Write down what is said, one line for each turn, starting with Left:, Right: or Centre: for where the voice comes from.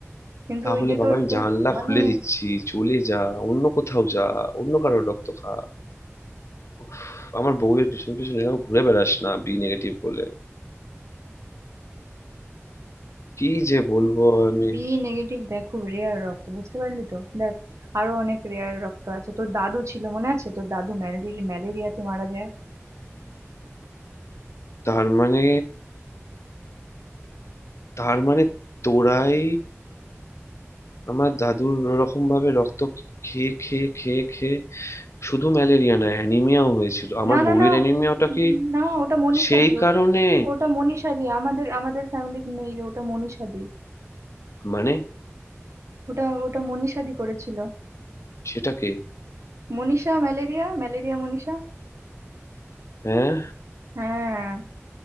Right: কিন্তু
Left: তাহলে
Right: ওই যে
Left: বাবা
Right: তোর
Left: আমি
Right: তোর
Left: জানলা
Right: মানে
Left: খুলে দিচ্ছি চলে যা অন্য কোথাও যা অন্য কারোর রক্ত খা উফ, আমার বউয়ের পিছনে পিছনে এরকম ঘুরে বেড়াস না বি নেগেটিভ বলে কি যে বলবো আমি
Right: বি নেগেটিভ দেখ খুব রেয়ার রক্ত বুঝতে পারলি তো দেখ আরো অনেক রেয়ার রক্ত আছে তোর দাদু ছিল মনে আছে তোর দাদু ম্যালেরিয়া ম্যালেরিয়াতে মারা যায়
Left: তার মানে তার মানে তোরাই আমার দাদুর ওরকম ভাবে রক্ত খেয়ে খেয়ে খেয়ে খেয়ে শুধু ম্যালেরিয়া না অ্যানিমিয়াও হয়েছিল আমার
Right: না না
Left: বউয়ের
Right: না
Left: অ্যানিমিয়াটা
Right: উম,
Left: কি
Right: না ওটা মনীষা
Left: সেই
Right: দি ও-
Left: কারণে
Right: ওটা মনীষা দি আমাদের আমাদের ফ্যামিলি নেই রে ওটা মনীষা দি
Left: মানে
Right: ওটা ওটা মনীষা দি করেছিল
Left: সেটাকে
Right: মনীষা ম্যালেরিয়া ম্যালেরিয়া মনীষা
Left: হ্যাঁ
Right: হ্যাঁ